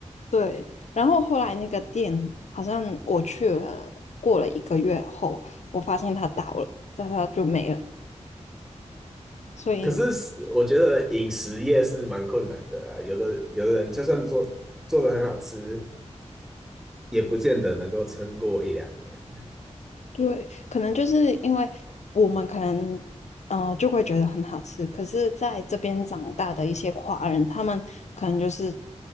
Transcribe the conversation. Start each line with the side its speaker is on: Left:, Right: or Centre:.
Left: 对，然后后来那个店好像我去了，过了一个月后，我发现它倒了，但它就没了。所以
Centre: 可是是我觉得饮食业是蛮困难的啊，有的有的人就算做做的很好吃，也不见得能够撑过一两年。
Left: 对，可能就是因为我们可能呃就会觉得很好吃，可是在这边长大的一些华人，他们可能就是